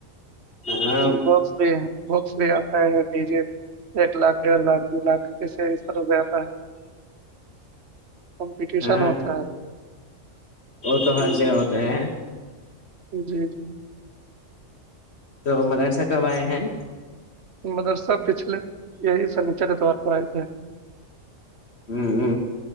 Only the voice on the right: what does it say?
ہے بھی بکس بھی آتا ہے ڈی جے ایک لاکھ ڈڑھ لاکھ دو لاکھ کے اس طرح سے آا ہے کمپٹیشن
ہوتا ہے
جی
جی جی
مدرسہ پچھلے یہی س نیچر کےتوار پر آئے تھے